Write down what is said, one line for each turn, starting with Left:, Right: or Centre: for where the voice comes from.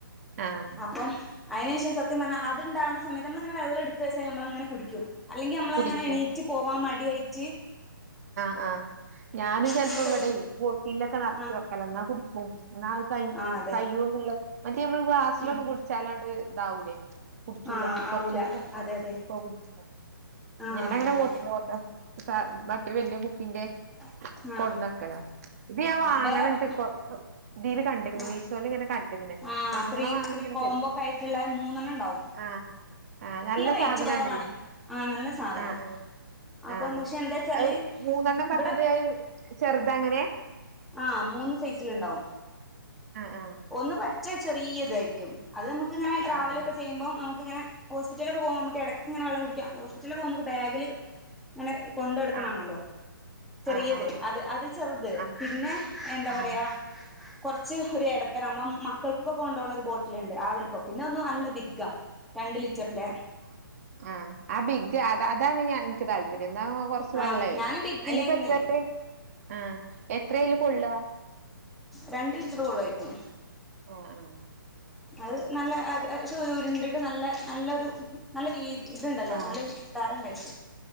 Right: ആഹ് ആഹ്
Centre: അപ്പം അയിന്ശേഷം സത്യം പറഞ്ഞ അതുണ്ടാവുന്ന സമയം നമ്മളങ്ങനെ വെള്ളം എടുത്തുവച്ചാൽ നമ്മളങ്ങനെ കുടിക്കും അല്ലെങ്കിൽ നമ്മളങ്ങനെ
Right: കുടിക്കും
Centre: എണീറ്റ് പോവാൻ മടിയായിറ്റ്
Right: ആഹ് ആഹ് ഞാനും ചെലപ്പോ
Centre: നമുക്കൊരു
Right: ഇവിടെ ബോട്ടിലൊക്കെ നിറച്ച്
Centre: ആഹ്
Right: വെക്കല എന്നാ കുടിക്കും എന്നാ കൈ
Centre: ആഹ് അതെ
Right: കയ്യൊന്നുള്ള മറ്റേ നമ്മള് ഗ്ലാസിലൊന്നും
Centre: ഉം
Right: കുടിച്ചാലാണ്ട് ഇതാവൂല്ലേ കുടിച്ചൂല
Centre: ആഹ് ആവൂല
Right: കുറച്ച് <unintelligible>
Centre: അതെ അതെ ആഹ്
Right: ഞാനങ്ങനെ
Centre: അതെ
Right: വോട്ടില്ല വോട്ട പ ഒരു വല്യ കുപ്പിന്റെ
Centre: ആഹ്
Right: കൊടന്നക്കലാണ് ഇത് ഞാൻ
Centre: ആഹ്
Right: വാങ്ങണം
Centre: വേറെ
Right: ത് കൊ കൊ ഇതില് കണ്ടിരുന്ന്
Centre: ആഹ്
Right: മീശോയിൽ ഇങ്ങനെ കണ്ട ക്ക്ണ്
Centre: ആഹ്
Right: വാങ്ങണം
Centre: ത്രീ
Right: വാങ്ങണം
Centre: ത്രീ
Right: ഇങ്ങനെ
Centre: കോംബോക്കെ
Right: കര്
Centre: ആയിട്ടുള്ള മൂന്നെണ്ണം ഉണ്ടാവും
Right: ആ അ നല്ല
Centre: റേറ്റ്
Right: സാധനണല്ലേ
Centre: കുറവാണ് ആഹ് നല്ല സാധനാ
Right: അ
Centre: അപ്പം
Right: അ
Centre: പക്ഷെ എന്താച്ചാല്
Right: അ മൂന്നെണ്ണം പറഞ്ഞത്
Centre: ഇവിടെ
Right: ചെറുതാ അങ്ങനെ
Centre: ആ മൂന്ന് സൈസിലുണ്ടാവും.
Right: ആഹ് ആഹ്
Centre: ഒന്ന് പച്ചേ ചെറിയതായിരിക്കും, അത് നമുക്ക് ഇങ്ങനെ ട്രാവല്
Right: ആഹ്
Centre: ഒക്കെ ചെയ്യുമ്പോ ആ ത് ഇങ്ങനെ ഹോസ്പിറ്റലിലൊക്കെ പോവു മ്മക്ക് എടക്കിങ്ങനെ വെള്ളം കുടിക്കാം, ഹോസ്പിറ്റലിലൊക്കെ പോകുമ്പോ ബാഗില് ങ്ങനെ കൊണ്ടടക്കണാണല്ലോ.
Right: ആഹ്
Centre: ചെറിയത്
Right: ആഹ് ആഹ്
Centre: അത് അത് ചെറുത്
Right: ആഹ്
Centre: പിന്നെ എന്താ
Right: ആഹ്
Centre: പറയാ കൊറച്ച് ഒരെട നമ്മള മക്കൾക്ക് കൊണ്ടു പോണ ഒരു ബോട്ടിലുണ്ട് ആ വലുപ്പം, പിന്നെ ഒന്ന് നല്ല ബിഗ്ഗാ. രണ്ട് ലിറ്ററിന്റെ
Right: ആ ആ ആ ആ ആ ബിഗ് അതാ അതാണ് ഞാ എനിക്ക് താല്പര്യം. അതാവുമ്പം കൊറച്ച്
Centre: ആ
Right: വെള്ളേ
Centre: ഞാന് ബിഗ്ഗിലായിരുന്നു
Right: അതിലിപ്പം എത്ര <unintelligible> ആ എത്രേയില് കൊള്ള.
Centre: രണ്ട് ലിറ്റർ കൊള്ളുവായിരിക്കും.
Right: ആ ആ
Centre: അത് നല്ല അത് അത് ചുരുണ്ടി രു നല്ല നല്ലൊരു നല്ല വീ ഇത്ണ്ടല്ലോ
Right: ആഹ്
Centre: നല്ല താരം ഇണ്ടായിട്ട്.